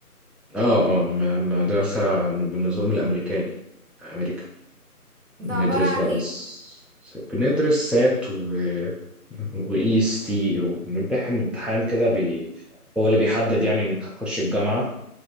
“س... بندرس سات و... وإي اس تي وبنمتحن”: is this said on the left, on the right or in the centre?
Centre